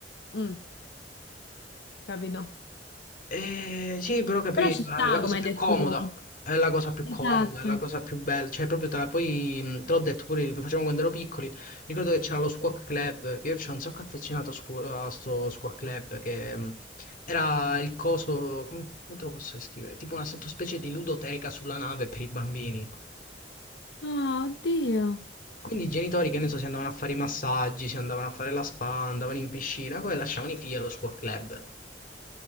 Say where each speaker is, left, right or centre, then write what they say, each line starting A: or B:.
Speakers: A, on the left (about 70°); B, on the left (about 50°).
A: mm, capito?
B: Eh, eh, sì, però capì,
A: Però ci
B: la,
A: sta,
B: la cosa
A: come
B: più
A: hai detto
B: comoda,
A: tu.
B: è la cosa più
A: Esatto.
B: comoda, è la cosa più bella, cioè proprio te la poi, mh, te l'ho detto pure, lo facevamo quando ero piccoli, ricordo che c'era lo Squawk Club, che io c'ero un sacco affezionato a, scu- a sto Squawk Club, che mh, era il coso, come, come te lo posso descrivere? Tipo una sottospecie di ludoteca sulla nave per i bambini.
A: Ah, oddio.
B: Quindi i genitori, che ne so, si andavano a fare i massaggi, si andavano a fare la spa, andavano in piscina, poi lasciavano i figli allo Squawk Club.